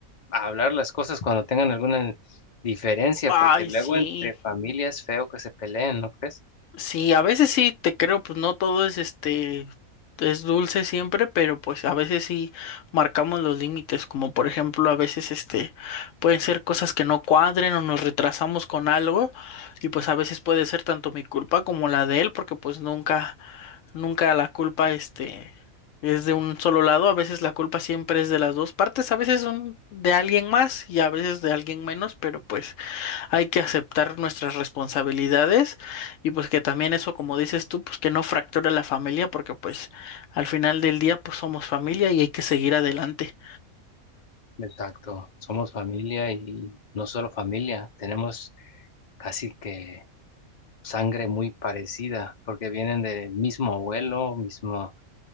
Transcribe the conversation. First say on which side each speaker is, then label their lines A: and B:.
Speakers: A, on the left; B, on the left.
A: hablar las cosas cuando tengan alguna diferencia,
B: Ay,
A: porque luego
B: sí.
A: entre familias es feo que se peleen, ¿no crees?
B: Sí, a veces sí, te creo, pues no todo es este, es dulce siempre, pero pues a veces sí marcamos los límites, como por ejemplo a veces este, pueden ser cosas que no cuadren o nos retrasamos con algo y pues a veces puede ser tanto mi culpa como la de él, porque pues nunca, nunca la culpa este es de un solo lado, a veces la culpa siempre es de las dos partes, a veces son de alguien más y a veces de alguien menos, pero pues hay que aceptar nuestras responsabilidades y pues que también eso, como dices tú, pues que no fracture la familia porque pues al final del día pues somos familia y hay que seguir adelante.
A: Exacto, somos familia y no solo familia, tenemos casi que sangre muy parecida porque vienen del mismo abuelo, mismo,